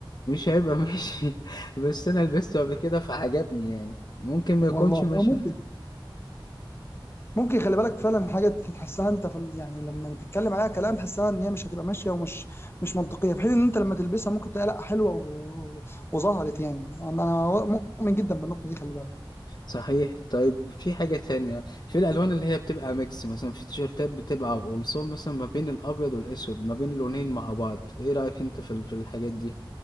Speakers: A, on the left; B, on the left.
A: هيبقى ماشي <laughs> بس أنا لبسته قبل كده فعجبني يعني ممكن ما يكونش
B: والله
A: ماشي
B: اه ممكن ممكن خلي بالك فعلا حاجه تحسها انت في ال- يعني لما تتكلم عليها كلام تحسها ان هي مش هتبقى ماشيه ومش مش منطقيه في حين ان انت لما تلبسها ممكن تلاقي لا حلوه و- وظهرت يعني انا أنا مؤمن جدا بالنقطه دي خلي بالك
A: صحيح طيب في حاجة تانية في الألوان اللي هي بتبقى ميكس مثلا في تيشيرتات بتبقى قمصان مثلا ما بين الأبيض والأسود ما بين لونين مع بعض إيه رأيك أنت في ال- في الحاجات دي؟